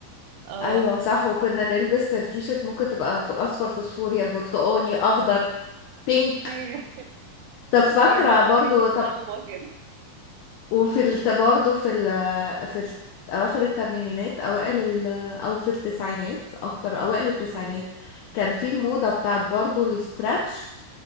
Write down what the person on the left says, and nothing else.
ايوه صح وكنا نلبس التيشيرت ممكن تبقى ف- اصفر فوسفوري برتقاني اخضر بينك
طب فاكره
برضو
طب
وفي الت برضو في ال في ال اواخر الثمانينات اوائل ال او في التسعينات اكتر اوائل التسعينات
كان في الموضه بتاعت برضو الستراتش